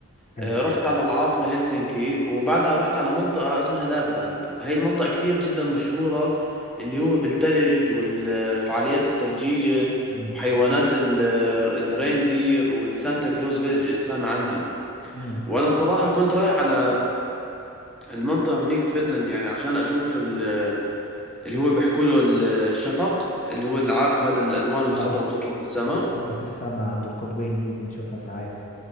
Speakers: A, on the left; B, in the centre.
A: حلو
B: آه، رحت على العاصمة هلسنكي وبعدها رحت على منطقة اسمها لابلاند هاي المنطقة كثير جدا مشهورة اللي هو بالثلج والفعاليات الثلجية
A: مم.
B: وحيوانات ال- الريندير والسانتا كلوز فيلج إذا سامع عنها
A: مم.
B: وأنا الصراحة كنت رايح على المنطقة هنيك فنلند يعني عشان أشوف ال- اللي هو بيحكوا له الشفق اللي هو اللي عارف هذا الألوان الخضراء
A: اه
B: بتطلع بالسماء
A: اللي بتبقى في السماء عند القطبين دي بنشوفها ساعات